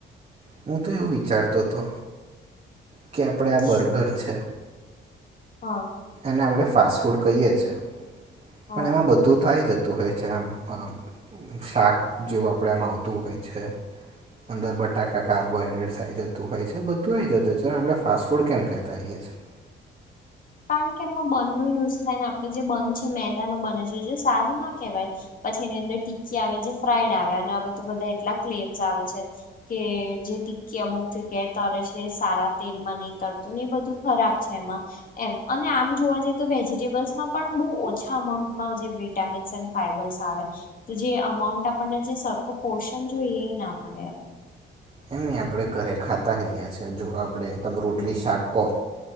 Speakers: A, on the right; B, on the left.
A: હું તો એવું વિચારતો હતો કે આપણે આ બર્ગર
B: શું
A: છે.
B: હા
A: એને આપણે ફાસ્ટ ફૂડ કહીએ છીએ
B: હ
A: પણ, એમાં બધું તું તો આવી જતું હોય છે, આમ શાક જેવું આપણે એમાં આવતું હોય છે. અંદર બટાકા કાર્બોહાઈડ્રેટ્સ આવી જતું હોય છે, બધું આવી જતું હોય છે, અને આપણે ફાસ્ટ ફૂડ કેમ કહેતાઈએ છીએ.
B: કારણ કે, એમાં બંધનો યુઝ થાય ને આપણે જે બંધ છે, મેદા ન બને છે, જે સારું ના કહેવાય. પછી, એની અંદર ટિક્કી આવે, જે ફ્રાઈડ આવે અને હવે, તો બધા એટલા ક્લેમ્સ આવે છે. કે, જે ટીકી અમુક જગ્યા તરે છે, સારા તેલમાં નહી તરતુંને એ બધું. ખરાબ છે, એમાં. એમ અને આમ જોવા જઈએ, તો વેજીિટેબલ્સમાં પણ, બહુ ઓછા અમાઉન્ટમાં જે વિટામીન્સ ફાઈબર્સ આવે, તો જે અમાઉન્ટ આપણને, જે સરખો પોર્શન જોઈએ એના મળે
A: એમ, આપણે ઘરે ખાતા હોઈએ છીએ, જો આપણે તમે રોટલી
B: હમ
A: શાક કો